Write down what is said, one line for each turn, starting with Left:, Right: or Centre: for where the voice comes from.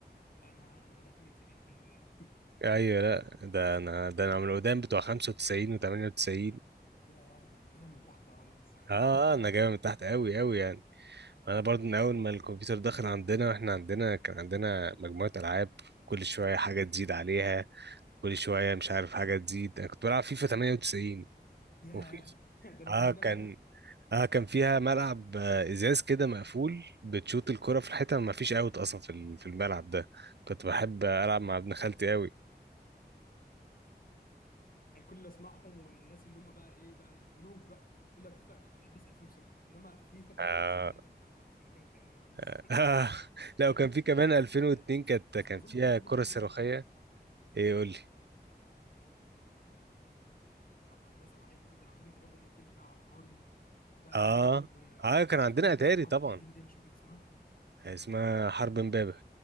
Left: انا انا بدات بالاكس بي الحمد لله <laughs>
Right: أيوه لا ده أنا ده أنا من القدام بتوع 95 و98
Left: يا ده انت جايبها من تحت يا ريس
Right: آه آه، أنا جاي من تحت أوي أوي يعني أنا برضو من أول ما الكمبيوتر دخل عندنا وإحنا عندنا كان عندنا مجموعة ألعاب كل شوية حاجة تزيد عليها كل شوية مش عارف حاجة تزيد أنا كنت بلعب فيفا 98
Left: <laughs> ياه
Right: وفيفا
Left: ده الفيفا
Right: آه
Left: ده
Right: كان
Left: انا بقول-
Right: اه كان فيها ملعب آه، ازاز كده مقفول بتشوط الكرة في الحيطة ما فيش اوت اصلا في ال- في الملعب ده كنت بحب العب مع ابن خالتي قوي
Left: يعني كل اللي اسمعهم والناس اللي هم بقى ايه بقى الملوك بقى يقول لك فيفا بيس 2006 انما فيفا 98
Right: آه.
Left: ده انت أنت في مكان تاني يا ريس
Right: <laughs>
Left: <laughs>
Right: آه.
Left: <laughs>
Right: لا وكان
Left: الله
Right: في
Left: يعينك
Right: كمان 2002
Left: أ-
Right: كانت
Left: اظن
Right: كان فيها
Left: انت برضو
Right: كرة
Left: من الجيل
Right: صاروخية ايه قول لي
Left: اه كنت بسال على حته يعني اظن انت برضو من الجيل بتاع ماريو بقى
Right: اه
Left: و...
Right: اه كان عندنا
Left: واسمها لعبه
Right: اتاري
Left: الحرب
Right: طبعا
Left: القديمه دي انا مش فاكر اسمها
Right: اسمها حرب امبابة